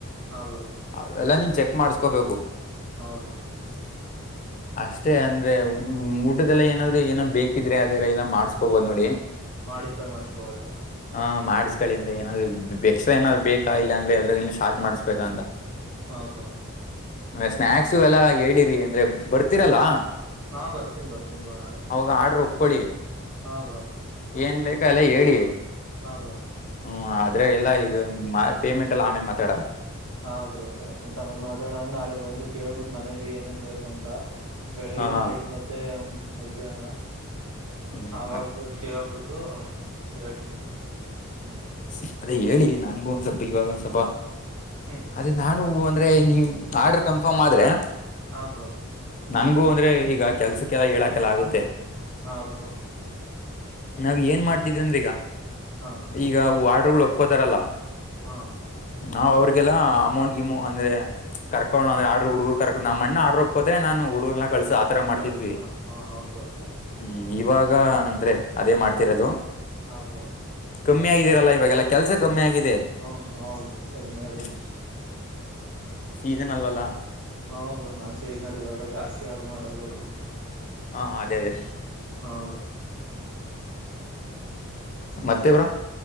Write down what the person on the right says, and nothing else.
ಹಾ ಬ್ರೋ
ಅವ್ರು.
ಮಾಡಿಫೈ ಮಾಡ್ಸ್ಕಬೋದೇನ.
How bro.
ಹಾ ಬರ್ತನಿ ಬರ್ತನಿ ಬ್ರೋ ನಾಳೆ.
ಹಾ ಬ್ರೋ.
ಹಾ ಬ್ರೋ
ಹಾ ಬ್ರೋ ಪೇಮೆಂಟ್ ಆಮೇಲೆ ಮಾತಾಡೋಣ ನಾಳೆ ಬಂದು ಕೇಳ್ಬಿಟ್ಟು ಮನೇಲಿ ಏನೇನ್ ಬೇಕು ಅಂತ. ಬೆಳಗ್ಗೆ
ನೈಟ್ ಮತ್ತೇ ಮಧ್ಯಾಹ್ನ.
ಅವಾಗ
ಬ ಕೇಳಬಿಟ್ಟು ಹೇಳ್ತನ್ ಬ್ರೋ ಹ್ಮ್.
ಹ್ಮ್
ಹಾ ಬ್ರೋ.
ಹಾ ಬ್ರೋ
ಅದು
ಹಾ
ಹ್ಮ
ಕಳಿಸ ಹಾ ಓಕೆ ಓಕೆ
ಆ ಬ್ರೋ
ಹ್ಮ ಹ ಬ್ರೋ ಕಡಿಮೆ ಆಗೈತಿ.
ಹ ಬ್ರೋ ನಾನ್ ಸೈಜ್ ನಲ್ಲಿ ಇವಾಗ ಜಾಸ್ತಿ ಯಾರು ಮಾಡವಲ್ಲ.
ಹಾ ಹೌದು.